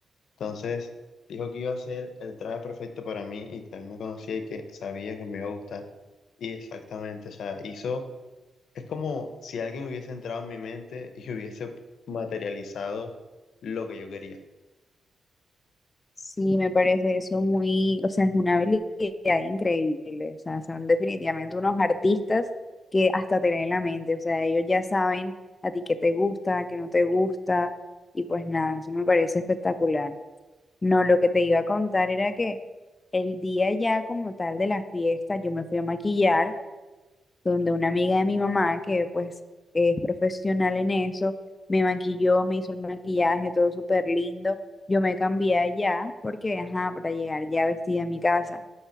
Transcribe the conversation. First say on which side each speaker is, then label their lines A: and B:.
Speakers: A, on the left; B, on the left.
A: Entonces dijo que iba a ser el traje perfecto para mí y que él me conocía y que sabía que me iba a gustar. Y exactamente, o sea, hizo, es como si alguien hubiese entrado en mi mente y <laughs> hubiese materializado lo que yo quería.
B: Sí, me parece eso muy, o sea, es una habilidad increíble, o sea, son definitivamente unos artistas que hasta te leen la mente, o sea, ellos ya saben a ti qué te gusta, qué no te gusta, y pues nada, eso me parece espectacular. No, lo que te iba a contar era que el día ya como tal de la fiesta, yo me fui a maquillar donde una amiga de mi mamá, que pues es profesional en eso, me maquilló, me hizo el maquillaje, todo súper lindo. Yo me cambié allá porque, ajá, para llegar ya vestida a mi casa.